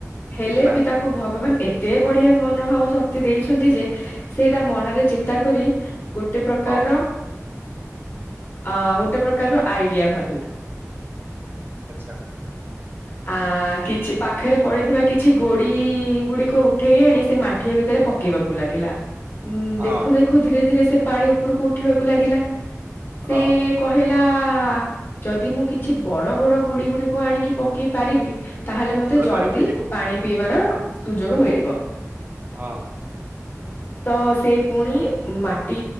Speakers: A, on the left; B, on the right.
A: ହେଲେ
B: ନା
A: ବି ତାକୁ ଭଗବାନ୍ ଏତେ ବଢିଆ ମନୋଭାବ ଶକ୍ତି ଦେଇଛନ୍ତି ଯେ, ସେଇଟା ମନରେ ଚିନ୍ତା କରି ଗୋଟେ ପ୍ରକାରର
B: ହଁ
A: ଅ ଗୋଟେ ପ୍ରକାରର ଆଇଡିଆ ଭାବିଲା।
B: ଆଛା।
A: ଆ କିଛି ପାଖରେ ପଡିଥିବା କିଛି ଗୋଡି ଗୁଡି କୁ ଉଠେଇ ଆଣି ସେ ମାଠିଆ ଭିତରେ ପକେଇବାକୁ ଲାଗିଲା, ଉଁ
B: ହଁ।
A: ଦେଖୁ ଦେଖୁ ଖୁୁ ଧୀରେ ଧୀରେ ସେ ପାଣି ଉପରକୁ ଉଠିବାକୁ ଲାଗିଲା, ସେ
B: ହଁ
A: କହିଲା, ଯଦି ମୁଁ କିଛି ବଡ ବଡ ଗୁଡି ଗୁଡିକୁ ଆଣିକି ପକେଇ ପାରିବି ତାହେଲେ ମତେ ଜଲ୍
B: ପାଣି ଉଠିଯିବ
A: ଦି ପାଣି ପିଇବାର ସୁଯୋଗ ମିଳିବ।
B: ହଁ।
A: ତ ସେ ପୁଣି ମାଟି